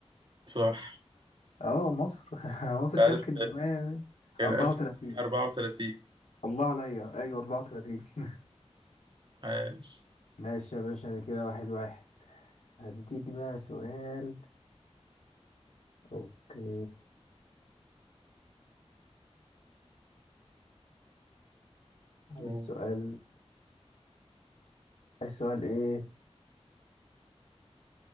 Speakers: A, on the right; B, on the left.
A: صح
B: اه مصر <laughs> مصر
A: ألف
B: شاركت زمان
A: كان
B: 34
A: 1934
B: الله عليا ايوه 34 <laughs>
A: عاش
B: ماشي يا باشا ده كده واحد واحد هديك بقى سؤال اوكي عايز
A: قول.
B: سؤال عايز سؤال ايه